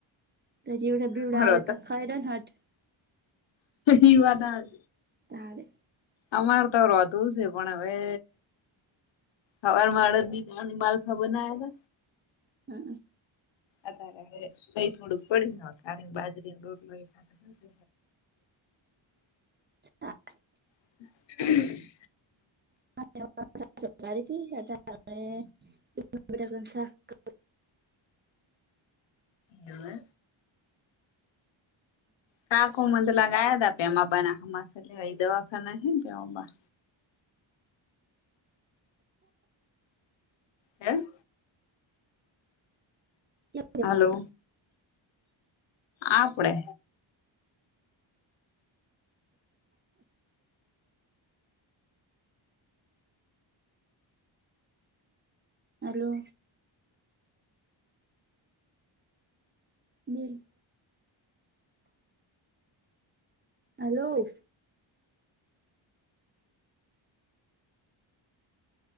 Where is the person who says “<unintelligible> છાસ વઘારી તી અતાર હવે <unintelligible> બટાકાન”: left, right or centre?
Right